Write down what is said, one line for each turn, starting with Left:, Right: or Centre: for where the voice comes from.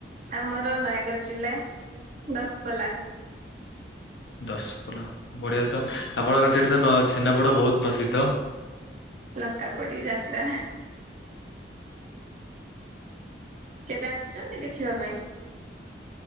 Right: ଆମର ନୟାଗଡ଼ ଜିଲ୍ଲା ଦଶପଲା।
Left: ଦଶପଲା ବଢ଼ିଆ ତ ଆପଣଙ୍କର ସେଠି ତ ଛେନାପଡ଼ ବହୁତ ପ୍ରସିଦ୍ଧ।
Right: ଲଙ୍କା ପଡ଼ି ଯାତ୍ରା। କେବେ ଆସିଛନ୍ତି ଦେଖିବା ପାଇଁ?